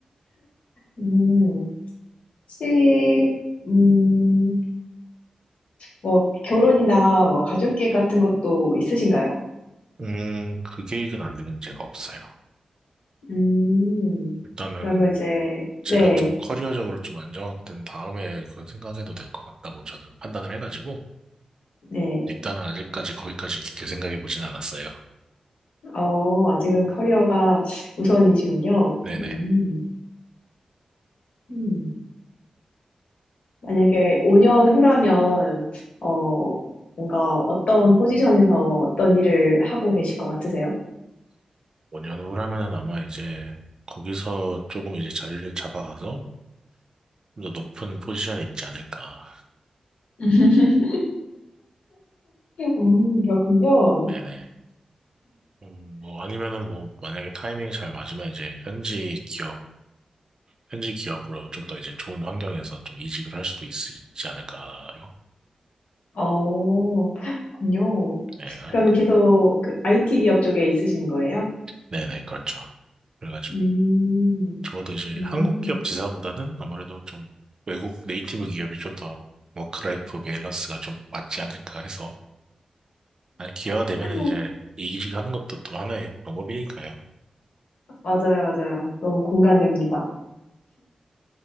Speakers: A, on the left; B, on the right.
A: 음, 혹시, 음, 뭐, 결혼이나 뭐, 가족계획 같은 것도 있으신가요?
B: 음, 그 계획은 아직은 제가 없어요.
A: 음,
B: 일단은
A: 그러면 이제,
B: 제가
A: 네,
B: 좀 커리어적으로 좀 안정화가 된 다음에 그건 생각해도 될 것 같다고 저는 판단을 해가지고
A: 네.
B: 일단은 아직까지 거기까지 깊게 생각해 보진 않았어요.
A: 어, 아직은 커리어가 우선이시군요.
B: 네네.
A: 음, 음. 만약에 5년 후라면, 어, 뭔가 어떤 포지션에서 어떤 일을 하고 계실 것 같으세요?
B: 5년 후라면은 아마 이제 거기서 조금 이제 자리를 잡아가서 좀 더 높은 포지션에 있지 않을까.
A: <laughs> 음, 그렇군요.
B: 네네. 음, 뭐 아니면은 뭐 만약에 타이밍이 잘 맞으면 이제 현지 기업, 현지 기업으로 좀 더 이제 좋은 환경에서 좀 이직을 할 수도 있, 있지 않을까요?
A: 어, 그렇군요.
B: 네, 아,
A: 그러면 계속 그 IT 기업 쪽에 있으신 거예요?
B: 네네, 그렇죠. 그래가지고
A: 음,
B: 적어도 이제
A: 음.
B: 한국 기업 지사보다는 아무래도 좀 외국 네이티브 기업이 좀 더 워크라이프 밸런스가 좀 맞지 않을까 해서 아니, 기회가
A: <laughs>
B: 되면은 이제 이직 하는 것도 또 하나의 방법이니까요.
A: 맞아요, 맞아요. 너무 공감됩니다.